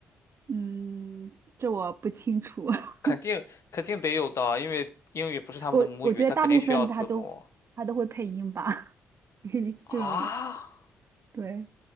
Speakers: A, on the right (about 45°); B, on the left (about 50°).
A: 嗯，这我不清楚。<laughs>
B: 肯定肯定得有的，因为英语不是他们的母语，
A: 我我觉得大部分他都他都会配音吧，
B: 他肯定需要字幕。
A: <laughs> 这种
B: 啊？
A: 对，